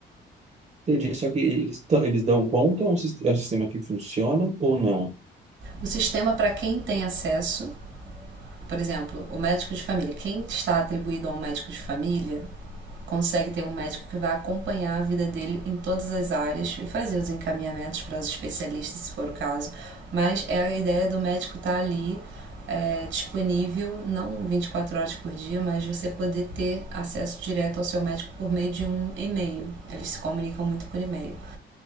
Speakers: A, on the right; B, on the right.
A: entendi. Só que eles, tão- eles dão conta, é um sis- é um sistema que funciona ou não?
B: O sistema para quem tem acesso, por exemplo, o médico de família, quem está atribuído a um médico de família, consegue ter um médico que vai acompanhar a vida dele em todas as áreas e fazer os encaminhamentos para os especialistas, se for o caso. Mas é a ideia do médico estar ali é, disponível, não 24 horas por dia, mas você poder ter acesso direto ao seu médico por meio de um e-mail. Eles se comunicam muito por e-mail.